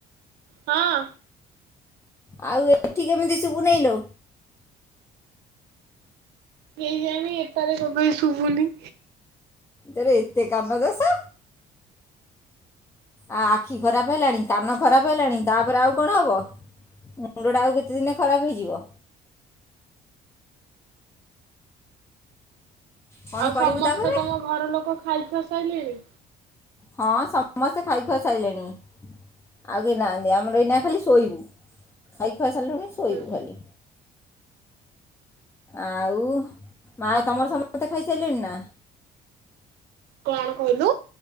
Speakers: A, on the right (about 80°); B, on the left (about 15°).
A: ହଁ।
B: ଆଉ ଏଠି କେମିତି ଶୁଭୁନେଇଲୋ?
A: କେଜାଣି ଏପାରେ ସବୁବେଳେ ଶୁଭୁନି?
B: ତୋର ଏତେ କାନ ଦୋଷ? ଆ ଆଖି ଖରାପ ହେଲାଣି କାନ
A: ହଁ
B: ଖରାପ ହେଲାଣି ତା ତାପରେ ଆଉ କଣ ହବ? ମୁଣ୍ଡଟା ଆଉ କେତେ ଦିନେ ଖରାପ ହେଇଯିବ। କ'ଣ
A: ଆଉ ସମସ୍ତେ
B: କରିବୁ ତାପରେ
A: ତମ ଘର ଲୋକ ଖାଇ ଖୁଆ ସାଇଲେଣି?
B: ହଁ ସମସ୍ତେ ଖାଇ ଖୁଆ ସାଇଲେଣି। ଆଉ କେଇ ନାହାଁନ୍ତି ଆମର ଏଇନା ଖାଲି ଶୋଇବୁ। ଖାଇକି ଖାଇ ସାରିଲୁଣି ଶୋଇବୁ
A: ହୁଁ
B: ଖାଲି। ଆଉ ମା ତମର ସମସ୍ତେ ଖାଇସାଇଲେଣି ନା?
A: କଣ କହିଲୁ?